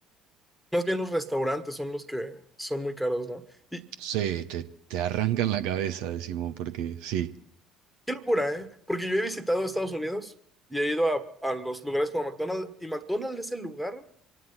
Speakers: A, in the centre; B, on the right.
A: Más bien los restaurantes son los que son muy caros, ¿no? Y
B: Sí, te, te arrancan la cabeza, decimos, porque sí.
A: qué locura, ¿eh? Porque yo he visitado Estados Unidos y he ido a, a los lugares como McDonald's y McDonald's es el lugar